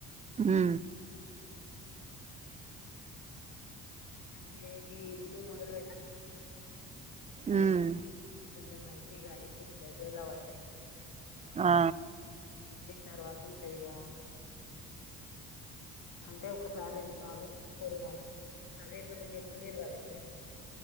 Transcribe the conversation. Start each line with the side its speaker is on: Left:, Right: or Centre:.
Right: హ్
Left: అందుకే గి ఇల్లు మొదలు అది
Right: ఉమ్
Left: కొంచెం కొంచెం ఐతే ఇగ దగ్గరలో పడ్డాది
Right: ఆ
Left: అయిపోయిన తర్వాత ఉంటదిగా అంటే ఒకసారి రెండు సార్లు ఇస్తారు గని అదే పదే చెప్పలేరు గద ఎవరైనా